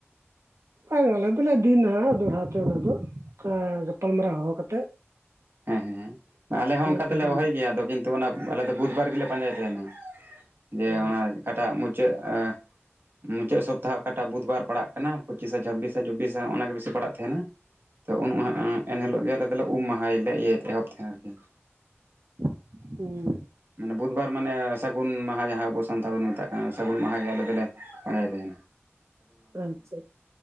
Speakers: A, on the right; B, on the right.
A: ᱟᱨ ᱟᱞᱮ ᱫᱚᱞᱮ ᱫᱤᱱ ᱱᱟᱦᱟᱸᱜ ᱫᱚᱲᱦᱟ ᱛᱮ ᱚᱱᱟ ᱫᱚ ᱮᱸ ᱜᱟᱯᱟᱞᱢᱟᱨᱟᱣ ᱦᱚᱦᱚ ᱠᱟᱛᱮᱜ ᱾
B: ᱦᱮᱸ ᱦᱮᱸ, ᱟᱞᱮ ᱦᱚᱸ ᱚᱱᱠᱟ
A: ᱠᱚ
B: ᱛᱚᱞᱮ
A: ᱫᱤᱱ
B: ᱦᱚᱦᱚᱭ ᱜᱮᱭᱟ ᱟᱫᱚ ᱠᱤᱱᱼᱼ ᱛᱚ ᱚᱱᱟ ᱟᱞᱮ ᱫᱚ ᱵᱩᱫᱽᱵᱟᱨ ᱜᱤᱞᱮ ᱯᱟᱸᱡᱟᱭ ᱛᱮᱦᱮᱱᱟ ᱡᱮ
A: ᱚ
B: ᱚᱱᱟ ᱚᱠᱟ ᱴᱟᱜ ᱢᱩᱪᱟᱹᱜ ᱟ ᱢᱩᱪᱟᱹᱜ ᱥᱚᱯᱛᱟᱦ ᱚᱠᱟ ᱴᱟᱜ ᱵᱩᱫᱽᱵᱟᱨ ᱯᱟᱲᱟᱜ ᱠᱟᱱᱟ ᱯᱚᱪᱤᱥᱟ ᱪᱷᱟᱵᱤᱥᱟ ᱪᱚᱵᱽᱵᱤᱥᱟ ᱦᱚᱜ-ᱚᱱᱟ ᱜᱮ ᱵᱮᱥᱤ ᱯᱟᱲᱟᱜ ᱛᱮᱦᱮᱱᱟ᱾
A: ᱯᱷᱟᱸᱠᱟ ᱜᱮᱭᱟ ᱾
B: ᱛᱚ ᱩᱱ ᱩᱱᱟᱹᱜ ᱻ ᱮᱱ ᱦᱤᱞᱳᱜ ᱜᱮ ᱟᱞᱮ ᱫᱚᱞᱮ ᱩᱢ ᱢᱟᱦᱟᱭ ᱞᱮ ᱤᱭᱟᱹᱭ ᱛᱮ ᱮᱦᱚᱵ ᱛᱮᱦᱮ ᱟᱨᱠᱤ ᱾
A: ᱴᱷᱚᱜ-ᱩᱸ-ᱴᱷᱚᱜ ᱾
B: ᱵᱩᱫᱷᱵᱟᱨ ᱢᱟᱱᱮ ᱥᱟᱹᱜᱩᱱ ᱢᱟᱦᱟᱸ ᱟᱵᱚ ᱥᱟᱱᱛᱟᱲ ᱵᱚᱱ ᱢᱮᱛᱟᱜ ᱠᱟᱱ ᱥᱟᱹᱜᱩᱱ ᱢᱟᱦᱟᱸ ᱟᱞᱮ ᱫᱚᱞᱮ ᱯᱟᱸᱡᱟᱭ ᱛᱟᱸᱦᱮᱱᱟ ᱾
A: ᱟᱪ-ᱪᱷᱟ,